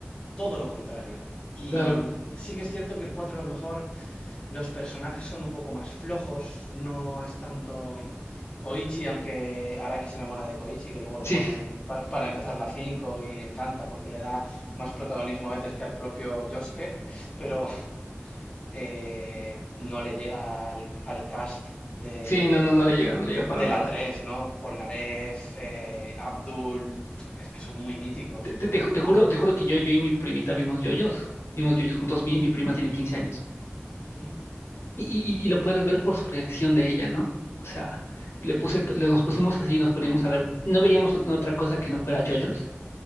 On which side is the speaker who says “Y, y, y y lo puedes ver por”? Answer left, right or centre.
Left